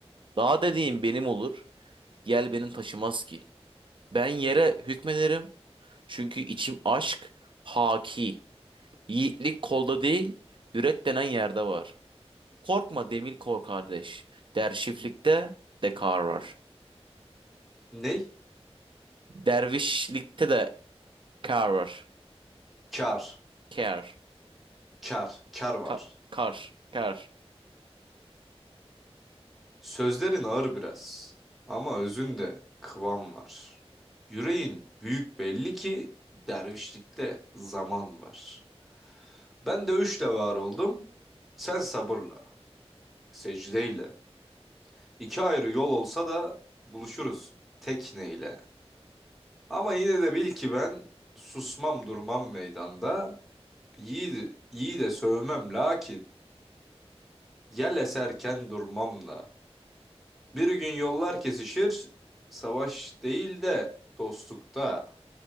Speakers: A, on the right (about 50°); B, in the centre.
A: Dağ dediğim benim olur. Yel benim taşımaz ki. Ben yere hükmederim. Çünkü içim aşk haki. Yiğitlik kolda değil, yürek denen yerde var. Korkma demir kor kardeş. Dervişlikte de kar var.
B: Ney?
A: Dervişlikte de kar var.
B: Kar.
A: Kar.
B: Kar. Kar var.
A: Ka- kar. Kar.
B: Sözlerin ağır biraz. Ama özünde kıvam var. Yüreğin büyük belli ki dervişlikte zaman var. Ben dövüşle var oldum. Sen sabırla. Secdeyle. İki ayrı yol olsa da buluşuruz tekneyle. Ama yine de bil ki ben susmam durmam meydanda. Yiğidi, yiğide sövmem lakin yel eserken durmamla. Bir gün yollar kesişir, savaş değil de dostlukta.